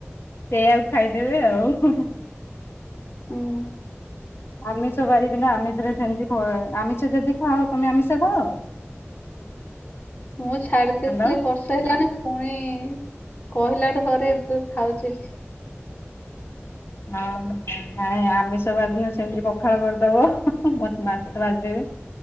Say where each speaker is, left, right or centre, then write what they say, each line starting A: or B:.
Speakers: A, on the left; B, on the left.
A: ସେଇଆକୁ ଖାଇଦେବେ ଆଉ ହୁଁ ହୁଁ।
B: ହୁଁ।
A: ଆମିଷ ବାରିଦିନ ଆମିଷରେ ସେମିତି ଭ ଆମିଷ ଯଦି ଖାଅ। ତମେ ଆମିଷ ଖାଅ?
B: ମୁଁ ଛାଡି ଦେଇଥିଲି
A: ହ୍ୟାଲୋ।
B: ବର୍ଷେ ହେଲାଣି ପୁଣି। କହିଲା ଠୁ ଘରେ ଏବେ ଖାଉଛି।
A: ହଁ ନାଇଁ ଆମିଷ ବାର ଦିନ ସେମତି ପଖାଳ କରିଦବ ହଁ ହଁ ମତ ମାଛ ଭାଜିଦେବେ।